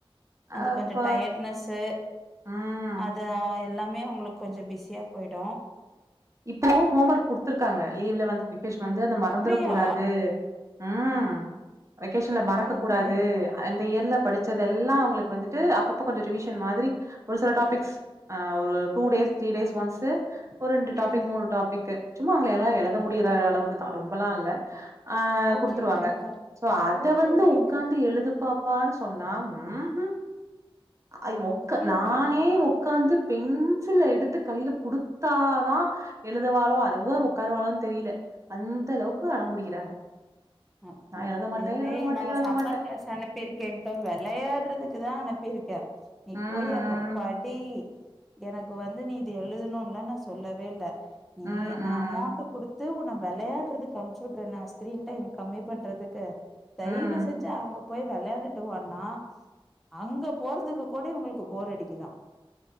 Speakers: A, in the centre; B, on the right (about 30°).
A: அந்த
B: அப்ப
A: கொஞ்ச டயட்னெஸ்ஸு
B: ம்
A: ஆ எல்லாமே அவுங்களுக்கு கொஞ்ச பிஸியா போயிடு
B: இப்பவு ஹோம் ஒர்க் குடுத்துருக்காங்க லீவ்ல வந்து வெக்கேஷன் வந்து அத மறந்துரக்
A: அப்படியா?
B: கூடாது ம் வெக்கேஷன்ல
A: ஓகே,
B: மறக்கக் கூடாது
A: ஓகே.
B: அந்த இயர்ல படிச்சதெல்லா அவுங்களுக்கு வந்துட்டு அப்பப்ப கொஞ்சம் ரிவிஷன் மாதிரி ஒரு சில டாபிக்ஸ் ஆ ஒரு two days three days once ஒரு ரெண்டு டாப்பிக்
A: ம்.
B: மூணு டாப்பிக்கு சும்மா அவங்கள எல்லா எழுத முடியிற அளவுக்கு தா ரொம்பலா இல்ல ஆ
A: ஓகே,
B: குடுத்துருவாங்க
A: ஓகேங்க்கா.
B: சோ அத
A: ஓகே,
B: வந்து
A: ஓகேங்க்கா.
B: உக்காந்து எழுதுப்பா ப்பான்னு சொன்னா ம் ஹு அது ஒக்கா
A: ஓகே,
B: நானே
A: ஓகே.
B: ஒக் க்காந்து பென்சில எடுத்து கையில குடுத்தாதா எழுதுவாளோ அதுவோ உடக்காருவாளோனு தெரியல அந்தளவுக்கு அடம் புடிக்கிறாங்க
A: ம்
B: நான்
A: ஹு
B: எழுத மாட்டேன்,
A: தெய்வமே
B: எழுத மாட்டேன்,
A: நாங்க
B: எழுத
A: சம்மர்
B: மாட்டேன்.
A: கிளாஸ் அனுப் ப்பிருக்கேங்க வெளையாடுறதுக்கு தா அனுப்பிருக்கே நீ
B: ம்,
A: போய் அங்க
B: ம்.
A: படி எனக் வந்து நீ இது எழுதணுன்லா நா சொல்லவே இல்ல நீ
B: ம் ம்
A: நா அமௌண்ட் குடுத்து உன்ன வெளையாடுறதுக்கு அனுப்ச்சு விடுறே நா ஸ்கிரீன் டைம் கம்மி பண்றதுக்கு தயவு
B: ம்.
A: செஞ்சு அங்க போய் வெளாண்டுட்டு வானா அங்க போறதுக்கு கூட இவங்ளுக்கு போர் அடிக்குதா